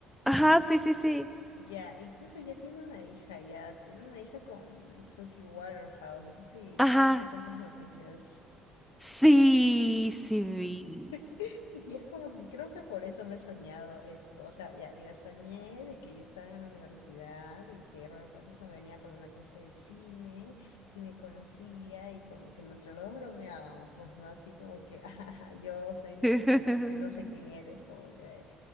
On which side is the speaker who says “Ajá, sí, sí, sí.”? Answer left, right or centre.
Centre